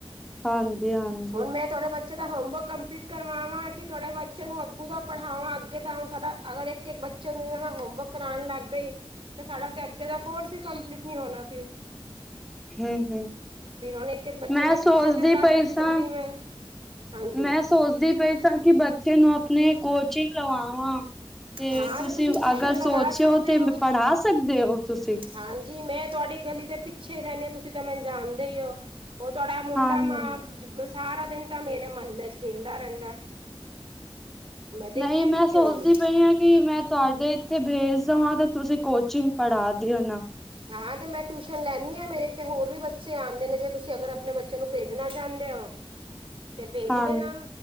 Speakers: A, in the centre; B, on the right.
A: ਹਾਂਜੀ ਹਾਂਜੀ।
B: ਹੁਣ ਮੈਂ ਤੁਹਾਡੇ ਬੱਚੇ ਦਾ ਹੋਮਵਰਕ ਕੰਪਲੀਟ ਕਰਵਾਵਾਂ, ਕਿ ਤੁਹਾਡੇ ਬੱਚੇ ਨੂੰ ਅੱਗੂ ਦਾ ਪੜ੍ਹਾਵਾਂ। ਅੱਗੇ ਤਾਂ ਹੁਣ ਸਾਡਾ ਅਗਰ ਇੱਕ ਇੱਕ ਬੱਚੇ ਨੂੰ ਮੈਂ ਹੋਮਵਰਕ ਕਰਾਉਣ ਲੱਗ ਗਈ, ਤੇ ਸਾਡਾ ਤੇ ਅੱਗੇ ਦਾ ਕੋਰਸ ਹੀ ਕੰਪਲੀਟ। ਨਹੀਂ ਹੋਣਾ ਫਿਰ।
A: ਹੂੰ-ਹੂੰ
B: ਫਿਰ ਹੁਣ ਇੱਕ-ਇੱਕ ਬੱਚੇ
A: ਮੈਂ
B: ਦੇ ਪਿੱਛੇ
A: ਸੋਚਦੀ
B: ਤੇ ਲੱਗ
A: ਪਈ
B: ਨਹੀਂ ਸਕਦੀ
A: ਸਾਂ
B: ਮੈਂ। ਹਾਂਜੀ
A: ਮੈਂ ਸੋਚਦੀ ਪਈ ਸ। ਕਿ ਬੱਚੇ ਨੂੰ ਆਪਣੇ ਕੋਚਿੰਗ ਲਵਾਵਾਂ। ਤੇ
B: ਹਾਂ
A: ਤੁਸੀਂ
B: ਤੇ ਟਿਊਸ਼ਨ
A: ਅਗਰ
B: ਲਗਾ
A: ਸੋਚਿਓ
B: ਸਕਦੇ
A: ਤੇ
B: ਹੋ
A: ਪੜ੍ਹਾ ਸਕਦੇ ਹੋ ਤੁਸੀਂ?
B: ਹਾਂਜੀ ਮੈਂ ਤੁਹਾਡੀ ਗਲੀ ਦੇ ਪਿੱਛੇ ਰਹਿੰਦੀ ਹਾਂ ਤੁਸੀਂ ਤਾਂ ਮੈਨੂੰ ਜਾਣਦੇ ਹੀ ਹੋ। ਉਹ ਤੁਹਾਡਾ ਮੁੰਡਾ
A: ਹਾਂਜੀ।
B: <inaudible> ਸਾਰਾ ਦਿਨ ਤਾਂ ਮੇਰੇ ਮਹੱਲੇ ਚ ਖੇਲਦਾ ਰਹਿੰਦਾ ਹੈ। ਮੈਂ ਦੇਖਿਆ
A: ਨਹੀਂ, ਮੈਂ
B: ਕਿ
A: ਸੋਚਦੀ
B: ਉਹਨੂੰ
A: ਪਈ ਹਾਂ ਕਿ ਮੈਂ ਤੁਹਾਡੇ ਇੱਥੇ ਭੇਜ। ਸਮਾਂ ਤਾਂ ਤੁਸੀਂ ਕੋਚਿੰਗ ਪੜ੍ਹਾ ਦਿਓ ਨਾ।
B: ਹਾਂ, ਤੇ ਮੈਂ ਟਿਊਸ਼ਨ ਲੈਦੀ ਹਾਂ ਮੇਰੇ ਤੇ ਹੋਰ ਵੀ ਬੱਚੇ। ਆਉਂਦੇ ਨੇ। ਜੇ ਤੁਸੀਂ ਅਗਰ ਆਪਣੇ ਬੱਚੇ ਨੂੰ ਭੇਜਣਾ ਚਾਹੁੰਦੇ ਹੋ। ਤੇ ਭੇਜ
A: ਹਾਂਜੀ
B: ਦੇ ਨਾ।